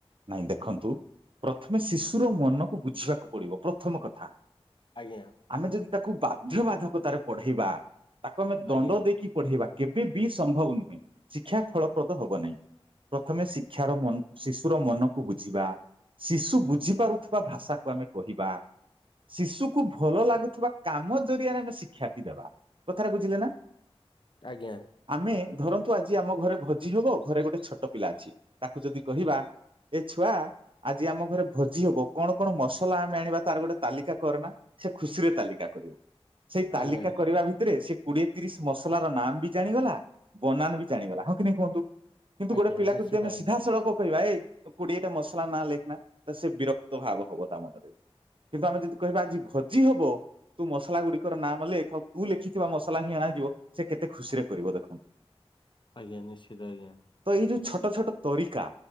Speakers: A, on the right (about 55°); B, on the left (about 50°).
A: ନାଇଁ ଦେଖନ୍ତୁ ପ୍ରଥମେ ଶିଶୁ ର ମନକୁ ବୁଝିବାକୁ ପଡିବ ପ୍ରଥମ କଥା।
B: ଆଜ୍ଞା
A: ଆମେ ଯଦି ତାକୁ ବାଧ୍ୟବାଧକତାରେ ପଢେଇବା। ତାକୁ ଆମେ ଦଣ୍ଡ
B: ଆଜ୍ଞା
A: ଦେଇକି ପଢେଇବା। କେବେ ବି ସମ୍ଭବ ନୁହେଁ ଶିକ୍ଷା ଫଳପ୍ରଦ ହବ ନାହିଁ। ପ୍ରଥମେ ଶିକ୍ଷାର ମନ ଶିଶୁର ମନକୁ ବୁଝିବା। ଶିଶୁ ବୁଝି ପାରୁଥିବା ଭାଷାକୁ ଆମେ କହିବା। ଶିଶୁକୁ ଭଲ ଲାଗୁଥିବା କାମ ଜରିଆରେ ଆମେ ଶିକ୍ଷାର୍ଥୀ ଦେବା। କଥାଟା ବୁଝିଲେ ନା?
B: ଆଜ୍ଞା।
A: ଆମେ ଧରନ୍ତୁ ଆଜି ଆମ ଘରେ ଭୋଜି ହବ ଘରେ ଗୋଟେ ଛୋଟ ପିଲା ଅଛି। ତାକୁ ଯଦି କହିବା ଏ ଛୁଆ ଆଜି ଆମ ଘରେ ଭୋଜି ହବ। କଣ କଣ ମସଲା ଆମେ ଆଣିବା ତାର ଗୋଟେ ତାଲିକା କରନା। ସେ ଖୁସି ରେ ତାଲିକା କରିବ। ସେଇ ତାଲିକା
B: ଆଜ୍ଞା
A: କରିବା ଭିତରେ ସେ କୋଡିଏ ତିରିଶ ମସଲାର ନାମ ବି ଜାଣିଗଲା ବନାନ ବି ଜାଣିଗଲା। ହଁ କି ନାଇଁ କୁହନ୍ତୁ? କିନ୍ତ
B: ଆଜ୍ଞା
A: ଗୋଟେ ପିଲାକୁ
B: ନିଶ୍ଚିତ
A: ଯଦି ଆମେ
B: ଆଜ୍ଞା
A: ସିଧାସଳକ କହିବା ଏଇ କୋଡିଏଟା ମସଲା ନାଁ ଲେଖ ନା ତ ସେ ବିରକ୍ତ ଭାବ ହବ ତା ମନରେ। କିନ୍ତୁ ଆମେ ଯଦି କହିବା ଆଜି ଭୋଜି ହବ। ତୁ ମସଲା ଗୁଡିକର ନାମ ଲେଖ୍। ଆଉ ତୁ ଲେଖିଥିବା ମସଲା ହିଁ ଅଣାଯିବ। ସେ କେତେ ଖୁସି ରେ କରିବ ଦେଖନ୍ତୁ? <inaudible>
B: ଆଜ୍ଞା ନିଶ୍ଚିତ ଆଜ୍ଞା।
A: ତ ଏଇ ଯୋଉ ଛୋଟ ଛୋଟ ତରିକା